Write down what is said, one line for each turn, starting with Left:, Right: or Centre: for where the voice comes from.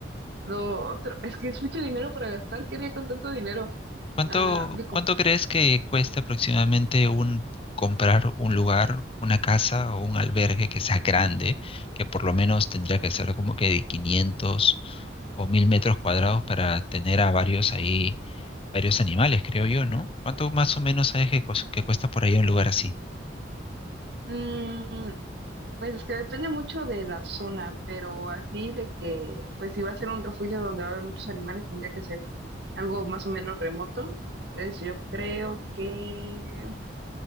Right: Lo otro, es que es mucho dinero para gastar. ¿Qué haría con tanto dinero?
Left: ¿Cuánto,
Right: Ah, me comp-
Left: cuánto crees que cuesta aproximadamente un comprar un lugar, una casa o un albergue que sea grande, que por lo menos tendría que ser como que de 500 o 1000 metros cuadrados para tener a varios ahí, varios animales, creo yo, ¿no? ¿Cuánto más o menos sabes que, cos- que cuesta por ahí un lugar así?
Right: Mm, pues es que depende mucho de la zona, pero así de que, pues si va a ser un refugio donde va a haber muchos animales, tendría que ser algo más o menos remoto. Entonces yo creo que